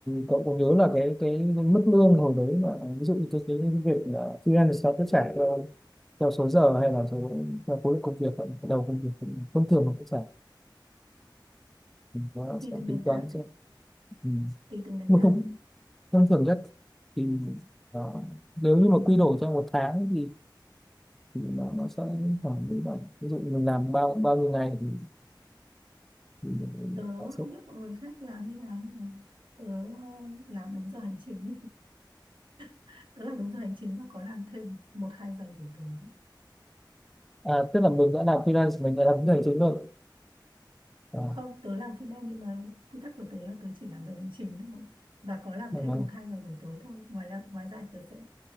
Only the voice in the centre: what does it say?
cậu có nhớ là cái cái mức lương hồi đấy là ví dụ như cái cái cái việc là freelance thì sao sẽ trả theo theo số giờ hay là số theo khối lượng công việc hay là đầu công việc không thông thường mà sẽ trả thì nó
sẽ
tính toán
sẽ
ừ.
một
thông
thông thường nhất thì đó. nếu như mà quy đổi trong một tháng thì thì nó nó sẽ đến khoảng 17 ví dụ mình làm bao bao nhiêu ngày thì, thì mình
sẽ
à, tức là mình đã làm freelance mình đã làm cái hành chính rồi à,
à,